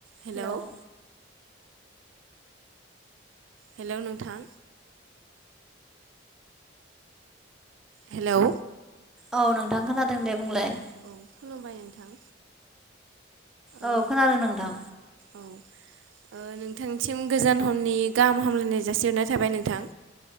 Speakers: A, on the right; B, in the centre.
A: Hello
B: hello
A: hello नोंथां hello
B: औ नोंथां खोनादों दे बुंलाय
A: औ खुलुमबाय नोंथां ओ
B: औ खोनादों नोंथां
A: औ ओ नोंथांसिम गोजान हरनि गाहाम हामलायनाय जासिहरनाय थाबाय नोंथां